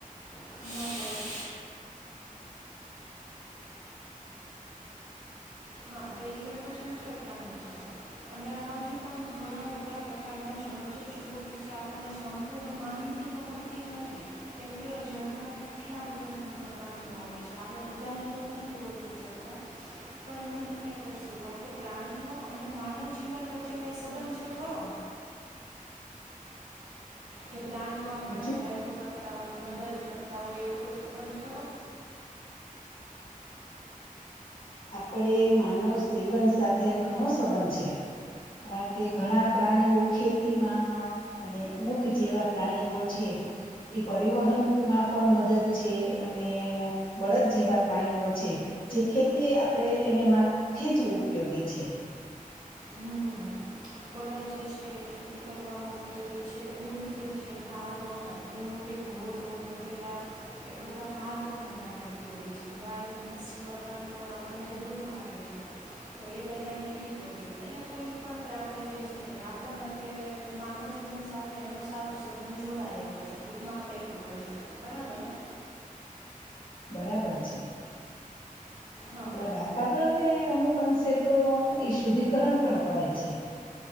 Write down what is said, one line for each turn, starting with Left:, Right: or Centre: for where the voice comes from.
Right: મગર હા તો એ લોકો જળચર પ્રાણી છે અને હજુ પણ ઘણા બધા પ્રકારના જળચરજીવો વિશે આપણને સંપૂર્ણ માહિતી તો મળતી નથી કેમકે જળના કેટલા બધા જળના પ્રાણીઓ હોય છે આપણે બધાને તો નથી ઓળખી શકતા પણ હું તમને એક વસ્તુ કહું કે પ્રાણીઓ અને માનવ જીવન વચ્ચે કંઈ સંબંધ છે ખરો કે પ્રાણીઓ આપણને
Left: હજુ
Right: હેલ્પ કરતા હોય મદદ કરતા હોય એવો કોઈ સંબંધ ખરો
Left: આપડે માનવ જીવન સાથે ઘણો સબંધ છે કારણ કે ઘણા પ્રાણીઓ ખેતીમાં અને ઊંટ જેવા પ્રાણીઓ છે એ પરિવહનમાં પણ મદદ છે અને બળદ જેવા પ્રાણીઓ છે જે ખેતી આપડે એને માથે જ ઉપયોગી છે
Right: હમ બળદ જે છે ખેતી કરવામાં ઉપયોગી છે ઊંટ જે છે ભારવહન ઊંટ ઘોડો ગધેડા એ બધા ભારવહન માટે ઉપયોગી છે ગાય ભેંસ જેવા પ્રાણીઓ આપણને દૂધ આપે છે તો એ બધા એવી રીતે ઉપયોગ એટલે કોઈ પણ પ્રાણી જે છે એ આપડા માટે માનવ જીવન સાથે એનો સારો સબંધ જોડાયેલો છે ટૂંકમાં આપણે એટલું કહી શકીએ બરાબર ને
Left: બરાબર છે
Right: હા
Left: આપડા વાતાવરણ ને અમુક અંશે તો એ શુદ્ધિકરણ પણ કરે છે